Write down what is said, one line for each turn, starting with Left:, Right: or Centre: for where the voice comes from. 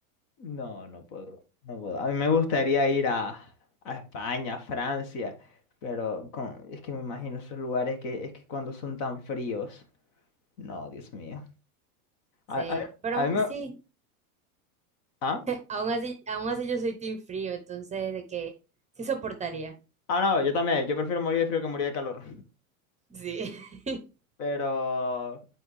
Left: No, no puedo, no puedo. A mí me gustaría ir a, a España, a Francia, pero con- es que me imagino esos lugares que es que cuando son tan fríos. No, Dios mío.
Right: Sí,
Left: A, a mí
Right: pero
Left: a
Right: aún
Left: mí me...
Right: así,
Left: ¿Ah?
Right: aún así, aún así yo soy team frío, entonces de que sí soportaría.
Left: Ah, no, yo también. Yo prefiero morir de frío que morir de calor.
Right: Sí. <laughs>
Left: Pero...